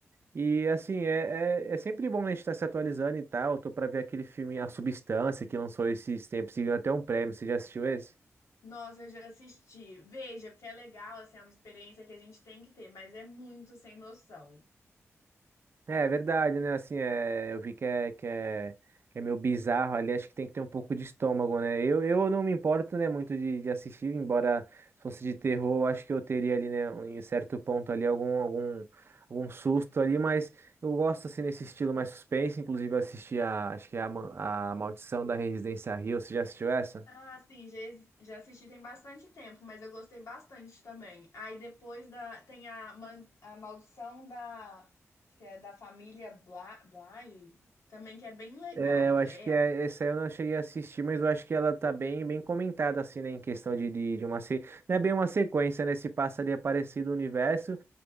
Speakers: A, on the right (about 50°); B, on the left (about 80°).
A: E, assim, é, é, é sempre bom né, a gente estar se atualizando e tal. Eu tô pra ver aquele filme A Substância, que lançou esses tempos e ganhou até um prêmio. Você já assistiu esse?
B: Nossa, eu já assisti. Veja, porque é legal, assim, é uma experiência que a gente tem que ter, mas é muito sem noção.
A: É verdade, né? Assim, é, eu vi que é, que é, que é meio bizarro ali, acho que tem que ter um pouco de estômago, né? Eu, eu não me importo, né, muito de, de assistir, embora se fosse de terror, eu acho que eu teria ali, né, um- em certo ponto ali, algum, algum, algum susto ali, mas eu gosto, assim, nesse estilo mais suspense, inclusive eu assisti a, acho que é a, Ma- a Maldição da Residência Hill, você já assistiu essa?
B: Ah, sim, já, ex- já assisti tem bastante tempo, mas eu gostei bastante também. Aí depois da, tem a, man- a Maldição da, acho que é da família Bla, Bly, também que é bem legal,
A: É,
B: Blair.
A: eu acho que é- essa aí eu não cheguei a assistir, mas eu acho que ela tá bem, bem comentada, assim, né? Em questão de, de, de uma. Se... Não é bem uma sequência, né? Se passa ali é parecido o universo,